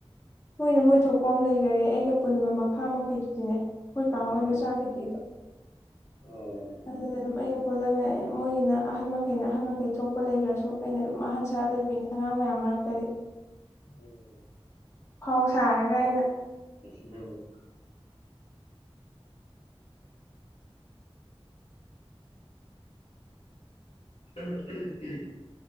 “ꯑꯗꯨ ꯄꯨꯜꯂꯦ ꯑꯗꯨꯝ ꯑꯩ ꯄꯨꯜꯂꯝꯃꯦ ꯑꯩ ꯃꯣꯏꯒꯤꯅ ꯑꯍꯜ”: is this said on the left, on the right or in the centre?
Left